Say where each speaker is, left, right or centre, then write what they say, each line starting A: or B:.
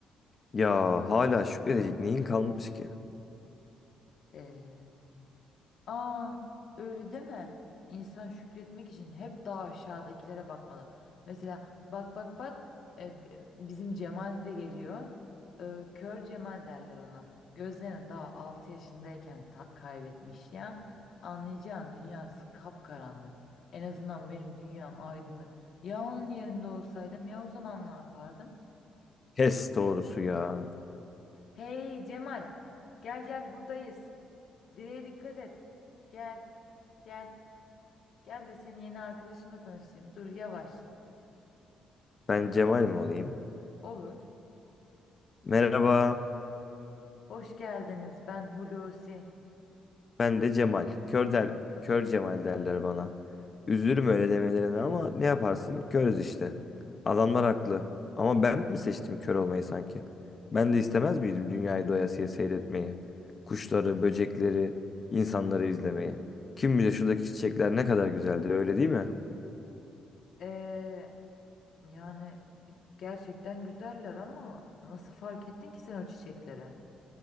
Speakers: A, on the left; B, on the left.
A: Ya hala şükredecek neyin kalmış ki?
B: Ee, Aa, öyle deme. İnsan şükretmek için hep daha aşağıdakilere bakmalı. Mesela bak bak bak e, b- bizim Cemal de geliyor. E, kör Cemal derler ona. Gözlerini daha 6 yaşındayken ta- kaybetmiş ya. Anlayacağın dünyası kapkaranlık. En azından benim dünyam aydınlık. Ya onun yerinde olsaydım ya o zaman ne yapardım?
A: Kes doğrusu ya.
B: Hey Cemal, gel gel buradayız. Direğe dikkat et. Gel, gel. Gel de seni yeni arkadaşımla tanıştırayım. Dur yavaş.
A: Ben Cemal mi olayım?
B: Olur.
A: Merhaba,
B: Hoş geldiniz. Ben Hulusi.
A: ben de Cemal. Kör der, kör Cemal derler bana. Üzülürüm öyle demelerine ama ne yaparsın? Körüz işte. Adamlar haklı. Ama ben mi seçtim kör olmayı sanki? Ben de istemez miydim dünyayı doyasıya seyretmeyi? Kuşları, böcekleri, insanları izlemeyi. Kim bilir şuradaki çiçekler ne kadar güzeldir, öyle değil mi?
B: Ee, yani gerçekten güzeller ama nasıl fark ettin ki sen o çiçekleri?